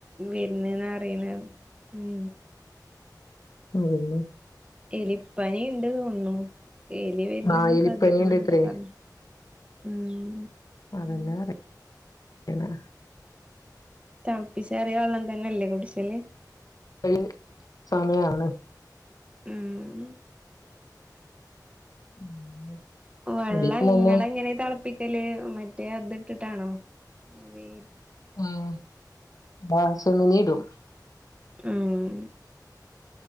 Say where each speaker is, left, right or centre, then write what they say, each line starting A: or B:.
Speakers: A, on the right; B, on the left.
A: വരുന്നേന്നാ അറിയണ ഉം
B: അതെല്ലെ
A: എലിപ്പനി ഉണ്ട് തോന്നുന്നു എലി വരുന്നതും
B: ആഹ് എലിപ്പനി
A: ശ്രദ്ധിക്കണം
B: ഉണ്ടത്രേ
A: എന്നൊക്കെ പറഞ്ഞു ഉം
B: അതല്ലാതെ എന്താ
A: തെളപ്പിച്ചാറിയ വെള്ളം തന്നല്ലേ കുടിശല്
B: പ്പഴ് സമയാണ്
A: ഉം
B: <unintelligible>
A: വെള്ളം
B: ഇവിടിപ്പ തന്നെ
A: ഇങ്ങൾ എങ്ങനാ തെളപ്പിക്കല് മറ്റേ അത് ഇട്ടിട്ടാണോ ആ വേ
B: ഉം ബാസ <unintelligible> ഇടും
A: ഉം